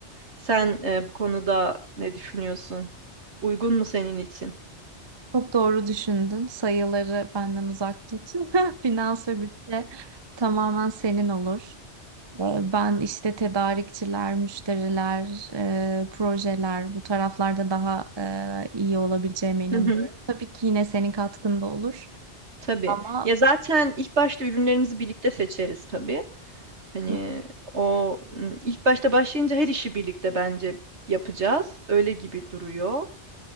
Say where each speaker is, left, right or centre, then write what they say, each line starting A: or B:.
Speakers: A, on the right (about 70°); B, on the right (about 25°).
A: Sen e, bu konuda ne düşünüyorsun? Uygun mu senin için?
B: Çok doğru düşündün. Sayıları benden uzak tut. <laughs> Finans ve bütçe tamamen senin olur. Ee, Ben işte tedarikçiler, müşteriler, e, projeler bu taraflarda daha e, iyi olabileceğime inanıyorum.
A: Hı hı.
B: Tabii ki yine senin katkın da olur
A: Tabii.
B: ama
A: Ya zaten ilk başta ürünlerimizi birlikte seçeriz tabii. Hani
B: Hı.
A: o m, ilk başta başlayınca her işi birlikte bence yapacağız. Öyle gibi duruyor.